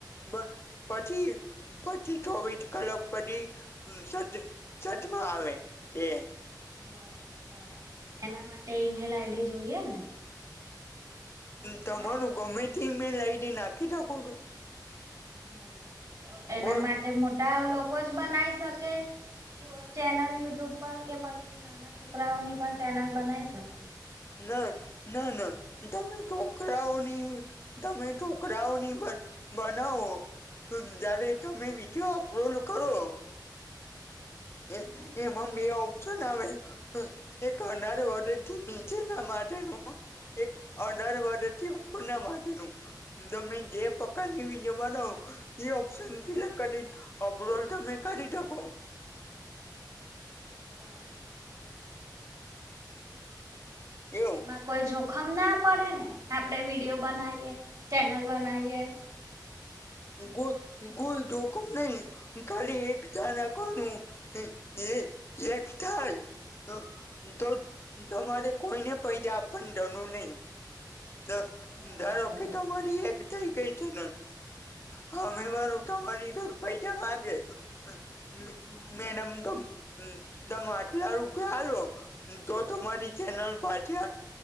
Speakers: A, on the left; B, on the right.
A: બ પછી પછી ચોવીસ કલાક પછી સાજ સજમાં આવે એ.
B: બરા બરાબર એના માટે ઇ-મેલ આઈ ડી જોઈએ ને. કે
A: તમારું
B: ના જોઈએ
A: ગમે તે ઇ-મેલ આઇ ડી નાખી શકો છો.
B: બરાબર તો એના
A: બસ
B: માટે મોટા લોક કો જ બનાવી શકે ચેનલ યુટ્યુબ પર કે પછી નાના છોકરાઓની પણ ચેનલ બનાઈ શકાય.
A: ના ના ના શું તમે છોકરાઓની તમે છોકરાઓ ની બ બનાવો હ જ્યારે તમે વિડીયો અપલોડ કરો
B: હમ
A: એ એ મમ્મીઓ શું ના <unintelligible> એ એક અડાર ઓર્ડર થી નીચે ના માટેનું એક <unintelligible> માટે થી ઉપરના માટેનું તમે જે પ્રકારની વિડિયો બનાવો એ ઓપ્શન સિલેક્ટ કરી ઓબરલ તમે કરી શકો.
B: બરાબર.
A: એવું
B: એમાં કોઈ જોખમ ના પડે ને આપડે વિડીયો બનાવીએ ચેનલ બનાવીએ.
A: ગો ગોલ જોખમ નહી કાલી એકતા રાખવાનું. યે યે એકટાય ર તો તમારે કોઈને પૈસા આપવાની જરૂર નહીં. ધ
B: બરાબર
A: ધારોકે તો અમારી એકઠ કઈ <unintelligible> ન હામે
B: હા
A: વાળો તમારી તો પૈજ માંગે મે
B: હા
A: મે મેડમ તમ હમ તમ આટલા રૂપિયા હાલો તો તમારી
B: હમ
A: ચેનલ પાછા